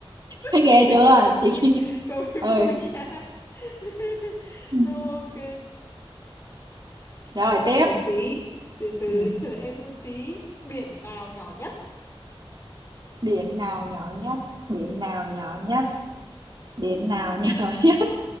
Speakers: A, on the right; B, on the left.
A: thấy ghê
B: <laughs>
A: chưa
B: câu này vui
A: chị <laughs>
B: câu này
A: ừ
B: vui nha <laughs>
A: Ừ.
B: ok
A: rồi
B: chờ
A: tiếp
B: em một tí từ từ
A: ừ.
B: chờ em một tí biển nào nhỏ nhất
A: biển nào nhỏ nhất biển nào nhỏ nhất biển
B: <laughs>
A: nào nhỏ nhất